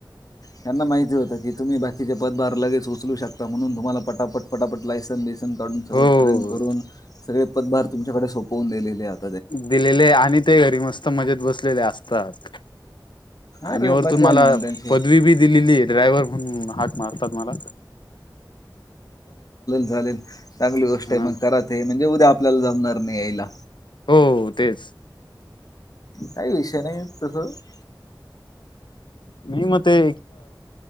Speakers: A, on the left (about 50°); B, on the left (about 80°).
A: त्यांना माहिती होतं की तुम्ही बाकीचे पदभार लगेच उचलू शकता म्हणून तुम्हाला पटापट पटापट लायसन बिसन काढून सगळं
B: हो
A: ट्रेन करून सगळे पदभार तुमच्याकडे सोपवून दिलेले आहेतात
B: दिलेले आणि ते घरी मस्त मजेत बसलेले असतात आणि
A: अरे
B: वरतून
A: मज्जा
B: मला
A: आहे ना मग त्यांची
B: पदवी बी दिलेली ड्रायव्हर म्हणून ह मारतात मला
A: लेल चांगली गोष्ट आहे मग
B: ह
A: कत हे म्हणजे उद्या आपल्याला जमणार नाही यायला
B: हो तेच
A: काही विषय नाही तस
B: नाही मग ते